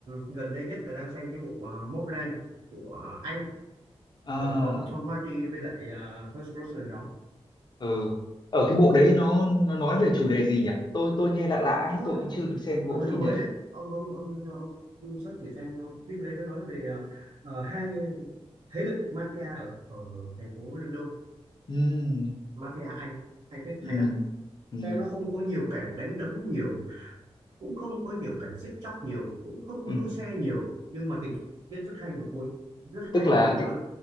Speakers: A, on the right (about 60°); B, on the left (about 45°).
A: gần đây nhất là đang xem cái bộ ờ, Mobland của ờ, Anh
B: À,
A: Ờ, có Tom Hardy với lại ờ, Pierce Brosnan đóng
B: ừ. Ở cái bộ đấy nó nó nói về chủ đề gì nhỉ? Tôi tôi nghe lạ lạ
A: nó
B: ấy, tôi cũng chưa được xem cái bộ
A: ờ, nó
B: phim
A: mới
B: đấy.
A: đấy ông ông ông ông, ông search thử xem ờ, phim đấy nó nói về ờ, ờ, hai thế lực mafia ở ở thành phố London
B: Ừ,
A: mafia Anh hay phết hay
B: ừ,
A: lắm
B: ừ,
A: xem nó không có nhiều cảnh đánh đấm nhiều cũng không có nhiều cảnh giết chóc nhiều cũng không có
B: ừ.
A: đua xe nhiều nhưng mà tình tiết rất hay và cuốn rất
B: Tức
A: hay
B: là
A: và cuốn
B: cái
A: luôn